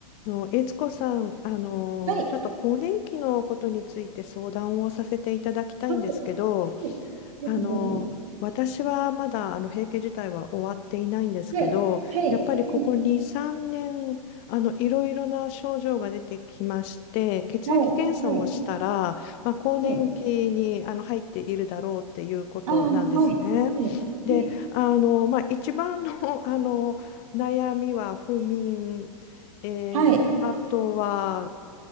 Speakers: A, on the left (about 35°); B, on the right (about 60°).
A: あの、悦子さん、あの、
B: はい。
A: ちょっと更年期のことについて相談をさせていただきたいんですけど、
B: はい。はい
A: あの、
B: ぜひぜひ。
A: 私はまだあの閉経自体は終わっていないんですけど、
B: はい。はい。
A: やっぱりここ2、
B: はい。
A: 3年、あの、いろいろな症状が出てきまして、血液検査をしたら、
B: はい。
A: まあ、更年期にあの入っているだろうっていうことなんですね。
B: はい。ああはい。はい。
A: で、
B: はい。
A: あの、まあ、一番の、あの悩みは不眠、えーあとは、
B: はい。